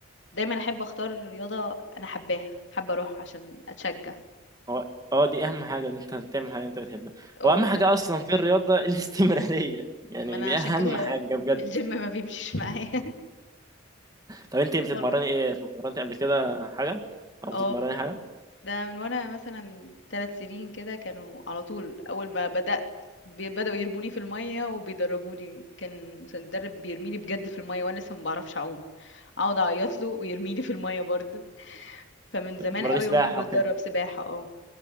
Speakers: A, on the left; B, on the right.
A: دايما احب اختار رياضة انا حباها حابة اروح عشان اتشجع
B: هو اه دي اهم حاجه ان انت تعمل حاجه انت بتحبها
A: اه
B: هو اهم حاجه اصلا في الرياضه <laughs> الاستمراريه يعني
A: ما انا
B: دي
A: عشان
B: اهم
A: كده
B: حاجه بجد
A: الجيم ما بيمشيش معايا <laughs>
B: طب انت بتتمرني
A: خالص
B: ايه اتمرنتي قبل كده حاجه او
A: اه
B: بتتمرني حاجه
A: ده من وانا مثلا ثلاث سنين كده كانوا على طول اول ما بدأت بي- بدأوا يرموني في المية وبيدربوني كان مس- مدرب بيرميني بجد في المية وانا لسه ما بعرفش اعوم اقعد اعيط له ويرميني في المية برضو فمن زمان
B: بتتمرني
A: قوي
B: سباحه
A: وانا بتدرب
B: اوكي
A: سباحة اه